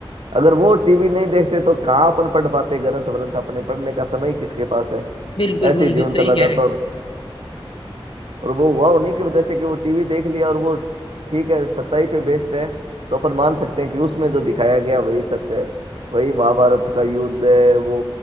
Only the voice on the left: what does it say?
बिल्कुल
बिल्कुल
सही कह
रहे